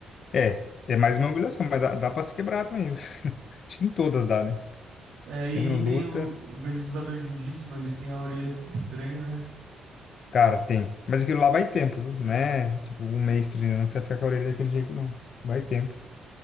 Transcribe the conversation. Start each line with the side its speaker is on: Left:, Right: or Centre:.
Left: É, é mais uma humilhação, mas dá, dá pra se quebrar também. <laughs> Acho que em todas dá, né?
Right: É,
Left: Você
Right: e,
Left: não
Right: e
Left: luta,
Right: tem o. Eu vejo os lutadores de Jiu-Jitsu, mano, eles têm a orelha tudo estranha, né?
Left: cara, tem. Mas aquilo lá vai tempo, viu? Não é tipo um mês treinando que você ficar com a orelha daquele jeito, não. Vai tempo.